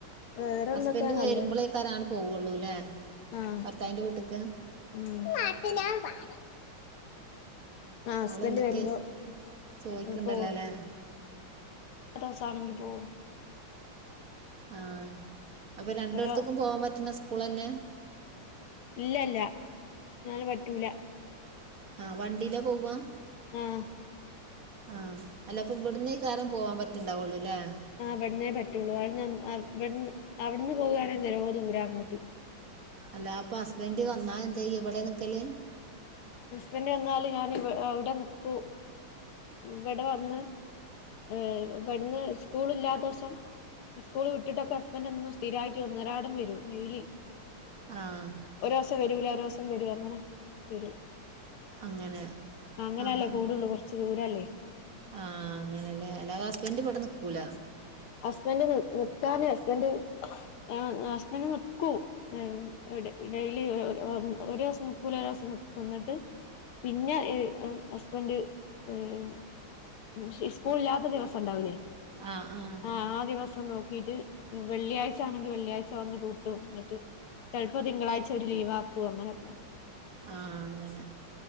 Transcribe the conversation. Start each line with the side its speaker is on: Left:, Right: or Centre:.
Left: വേറെന്തൊക്കെയാ
Right: ഹസ്ബൻഡ് വരുമ്പോളേക്ക്
Left: നല്ലേ
Right: പോവുള്ളൂ അല്ലേ
Left: ആഹ്
Right: ഭർത്താവിന്റെ വീട്ടിക്ക്
Left: ആഹ് ഹസ്ബൻഡ്
Right: അവളെന്തൊക്കെയോ
Left: വരുമ്പോ
Right: ചോയിക്കുണ്ടല്ലോ
Left: പോവും
Right: അല്ലേ
Left: <unintelligible> പോവും
Right: ആഹ് അപ്പൊ രണ്ടിടത്തേക്കും
Left: ഓരോ
Right: പോവാൻ പറ്റുന്ന സ്കൂൾ തന്നെയാ
Left: ഇല്ലില്ല അങ്ങനെ പറ്റൂല
Right: ആഹ് വണ്ടിയിലാ പോവുക
Left: ആഹ്
Right: ആഹ് അല്ല അപ്പം ഇവിടുന്നേ കാരം പോവാൻ പറ്റിണ്ടാവുള്ളു അല്ലേ
Left: ആഹ് അവിടുന്നേ പറ്റുള്ളൂ അവിടുന്ന് അവിടുന്ന് അവിടുന്ന് പോവുകയാണെങ്കിൽ <unintelligible> ദൂരെ അങ്ങോട്ട്
Right: അല്ല അപ്പൊ ഹസ്ബൻഡ് വന്നാ എന്താ ചെയ്യാ ഇവിടെ നിക്കല്
Left: ഹസ്ബൻഡ് വന്നാല് ഞാൻ ഇ അവിടെ നിക്കൂ ഇവിടെ വന്ന് ഏഹ് ഇവിടുന്ന് സ്കൂളില്ലാത്ത ദിവസം സ്കൂൾ വിട്ടിട്ടൊക്കെ ഹസ്ബൻഡ് എന്നും സ്ഥിരമായിട്ട് ഒന്നൊരാടം വരൂ ഡെയിലി
Right: ആഹ്
Left: ഒരു ദിവസം വരൂല ഒരു ദിവസം വരും അങ്ങനെ വരും
Right: അങ്ങനെ
Left: അങ്ങനെയല്ലേ
Right: ആഹ്
Left: പോവുള്ളൂ കുറച്ച് ദൂരല്ലേ
Right: ആഹ് അങ്ങനെയല്ലേ അല്ലാതെ ഹസ്ബൻഡ് ഇവിടെ നിക്കൂല
Left: ഹസ്ബൻഡ് നി നിക്കാന് ഹസ്ബൻഡ് ആഹ് ഹസ്ബൻഡ് നിക്കും ആഹ് ഡെയിലി ഒരു ദിവസം നിക്കൂല ഒരു ദിവസം നിക്കും എന്നിട്ട് പിന്നെ ഏഹ് ആഹ് ഹസ് ബൻഡ് ഏഹ് സ്കൂളില്ലാത്ത ദിവസം ഉണ്ടാവില്ലേ
Right: ആഹ് ആഹ്
Left: ആഹ് ദിവസം നോക്കീട്ട് വെള്ളിയാഴ്ച ആണെങ്കി വെള്ളിയാഴ്ച വന്ന് കൂട്ടും എന്നിട്ട് ചിലപ്പോ തിങ്കളാഴ്ച ഒരു ലീവാക്കും അങ്ങനെയൊക്കെ
Right: ആഹ് അങ്ങനെ